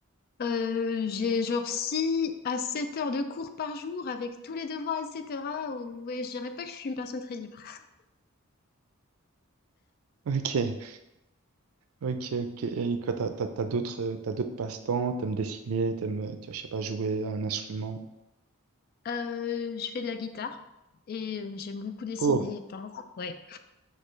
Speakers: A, on the left; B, on the right.
A: Euh, j'ai genre 6 à 7 heures de cours par jour avec tous les devoirs, etc. Ou- Ouais, je dirais pas que je suis une personne très libre.
B: Ok. Ok, ok. Et quoi, t'as, t'as, t'as d'autres, euh, t'as d'autres passe-temps, t'aimes dessiner, t'aimes, euh, tu vois, je sais pas, jouer à un instrument.
A: Euh, je fais de la guitare et euh, j'aime beaucoup dessiner
B: Oh,
A: et peindre. Ouais.